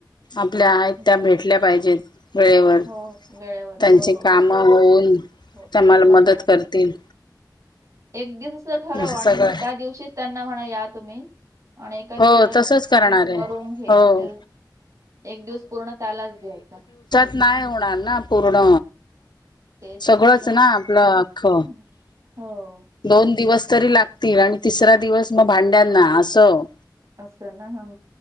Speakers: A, on the left; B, on the right.
A: आपल्या आहेत
B: हम्म.
A: त्या भेट उठल्या पाहिजेत वेळेवर
B: हो वेळेवर
A: त्यांची
B: हो हो
A: कामं
B: हो हो
A: होऊन
B: हो
A: त्या मला
B: मग
A: मदत
B: नंतर
A: करतील
B: एक दिवसं ठरव,
A: असं
B: आणि
A: सगळं
B: मग त्या दिवशीच त्यांना म्हणा या तुम्ही आणि एका
A: हो
B: दिवसात
A: तसंच करणार
B: त्त
A: आहे
B: करून घे
A: हो
B: म्हणजे एक दिवस पूर्ण त्यालाच दयून टाक.
A: नाय होणार ना पूर्ण.
B: ते
A: सगळंच
B: तर झालं
A: ना आपलं अक्ख
B: हम्म. हो
A: दोन दिवस तरी लागतील आणि तिसरा दिवस मग भांड्यांना असं.
B: असं ना? हं